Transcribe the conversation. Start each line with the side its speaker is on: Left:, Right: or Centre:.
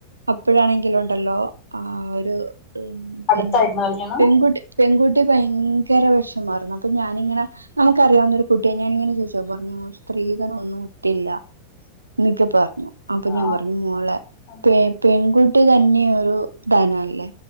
Right: അപ്പോഴാണെങ്കിലും ഉണ്ടല്ലോ ആ ഒരു ഉ
Left: അടുത്തായിരുന്നോ
Right: പിന്നെ
Left: കല്യാണം
Right: പെൺകുട്ടി പെൺകുട്ടി ഭയ് ങ്കര വെഷമായിരുന്നു അപ്പൊ ഞാനിങ്ങനെ നമുക്കറിയാന്ന് ഒരു കുട്ടിയ ഞാനിങ്ങനെ ചോയ്ച്ചു അപ്പൊ പറഞ്ഞു സ്ത്രീധനോന്നും ട്ടില്ല എന്നൊക്കെ പറഞ്ഞു. അപ്പൊ
Left: ആ
Right: ഞാൻ പറഞ്ഞു മോളെ
Left: അതെ.
Right: പെ പെൺകുട്ടി തന്നെ ഒരു ധനവല്ലേ